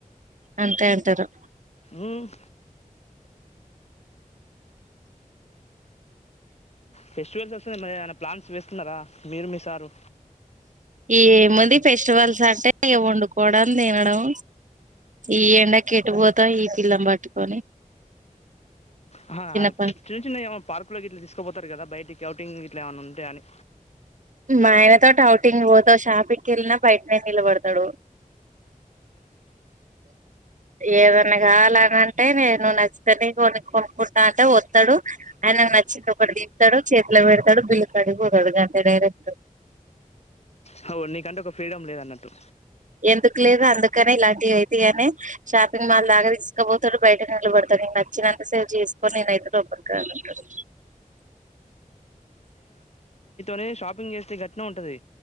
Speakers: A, on the right; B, on the left.
A: అంతే అంటారు
B: ఉమ్మ్ ఫెస్టివల్స్ వస్తన్నాయ్ మరి ఏమన్న ప్లాన్స్ వేస్తున్నారా మీరు మీ సారు
A: ఏముంది ఫెస్టివల్స్ అంటే ఇగ వండుకోవడం తినడం ఈ ఎండకి ఎటు పోతాం ఈ పిల్లన్పట్టుకొని
B: ఆహా హా
A: ప
B: చిన్న చిన్నవి ఏమైనా పార్క్ లోకి ఇట్లా తీసుకుపోతారు కదా బయటికి స్కౌటింగిట్లా ఏమన్న ఉంటయాఅని
A: మా ఆయనతో డౌటింగ్ పోతా షాపింగ్ కెళ్ళినా బయటనే నిలబడతాడు. ఏదన్నా కావాలనంటే నేను నచ్చితేనే కోనుక్ కొనుక్కుంటా అంటే వత్తడు ఆయనకు నచ్చింది ఒకటి దిత్తడు చేతిలో పెడతాడు బిల్లు కాడికిపోతాడు గంతే డైరెక్ట్
B: హావ్ నీకంటే ఒక ఫ్రీడం లేదన్నట్టు
A: ఎందుకు లేదు అందుకనే ఇలాంటివి అయితయ్ అనే షాపింగ్ మాల్ దాగా తీసుకపోతాడు బయటకు నిలబడతాడు నీకు నచ్చిన మెసేజ్ చేసుకొని నేనైతే రుబ్బకరానంటడు.
B: తే షాపింగ్ చేస్తే గట్నే ఉంటది.